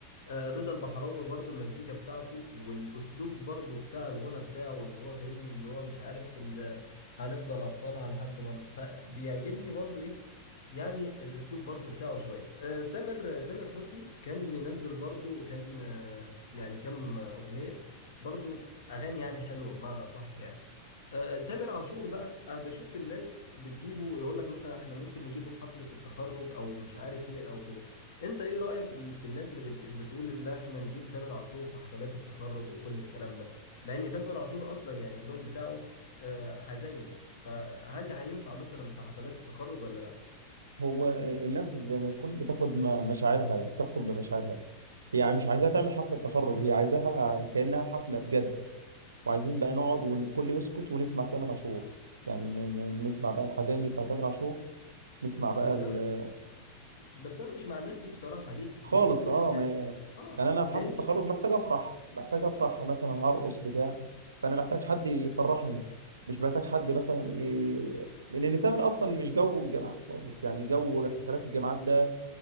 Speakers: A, on the left; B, on the right.
A: آه، رضا البحراوي برضو المزيكا بتاعته والاسلوب برضو بتاع الغنى بتاعه اللي هو فاهمني اللي هو مش عارف ال- هنفضل ابطالها لحد ما ن- فبيعجبني برضو ايه يعني الاسلوب برضو بتاعه شويه آه، تامر آه، تامر حسني كان منزل برضو كان آه، يعني كم اغنيه برضو اغاني يعني حلوه بمعنى صح يعني آه، تامر عاشور بقى آه، بشوف الناس بتجيبه يقول لك مثلا احنا ممكن نجيبه في حفله التخرج او مش عارف ايه او كده انت ايه رأيك ال- في الناس اللي بتج- بتقول ان احنا نجيب تامر عاشور في حفلات التخرج وكل الكلام ده مع ان تامر عاشور اصلا يعني اللون بتاعه آه، حزيني فهل هينفع مثلا في حفلات التخرج ولا لا
B: هو الناس زي ما يكون بتاخد م- مشاعرها بتحكم بمشاعرها هي يعني مش عايزاها تعمل حفلة تخرج هي عايزاها كأنها حفلة بجد وعايزين بقى نقعد والكل يسكت ونسمع تامر عاشور يعني ن- ن- نسمع بقى الحزيني بتاع تامر عاشور نسمع بقى
A: بس
B: ال...
A: انا بس انا مش مع الناس دي بصراحة ليه
B: خالص
A: لاني
B: اه ما...
A: يعني اه
B: يعني انا في
A: لان
B: حفلة التخرج محتاج افرح محتاج افرح مثلا هرقص بتاع فانا محتاج حد يفرحني مش محتاج حد مثلا ي... لان تامر اصلا مش جو الجامعات خالص يعني جو حفلات الجامعات ده